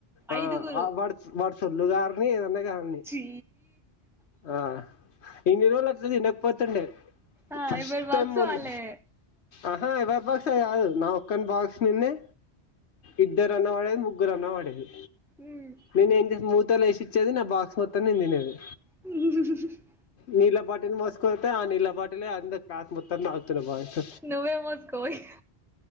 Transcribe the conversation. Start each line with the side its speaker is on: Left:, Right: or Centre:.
Left: ఆ
Centre: ఐదుగురు
Left: వాడు వాడు సొల్లు కారని ఏదన్న గాని
Centre: చీ
Left: ఆ ఇన్ని రోజులట్ల తినకపోతుండే
Centre: ఆ
Left: ఫస్ట్
Centre: ఎవరి
Left: టైమ్
Centre: బాక్స్
Left: మొన్న
Centre: వాళ్ళే
Left: అహా ఎవరి బాక్స్ అని కాదు నా ఒక్కని బాక్స్ మీద్నే ఇద్దరన్న పడేది ముగ్గురన్న పడేది
Centre: హ్మ్
Left: నేను ఏం <inaudible> <inaudible> ఏసిచ్చేది నా బాక్స్ మొత్తం నేను తినేది
Centre: ఉహు
Left: నీళ్ల బాటిల్ మోస్కపోతే ఆ నీళ్ల బా లే అందరూ క్లాస్ మొత్త తాగుతుండే బాయ్స్
Centre: నువ్వే మోసుకో ఇగ